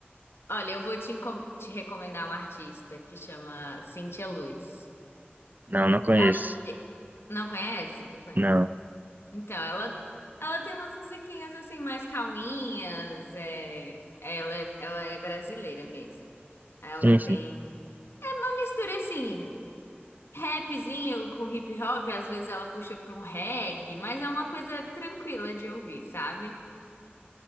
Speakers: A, on the left; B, on the right.
A: Olha, eu vou te, encom- te recomendar um artista que chama Cintia Luz.
B: Não, não conheço.
A: Ela não conhece? Ou conhece?
B: Não,
A: Então, ela, ela tem umas musiquinhas assim mais calminhas, é, ela, é- ela é brasileira mesmo. Ela
B: sim,
A: tem
B: sim.
A: uma mistura assim, rapzinho com hip hop, às vezes ela puxa para um reggae, mas é uma coisa tranquila de ouvir, sabe?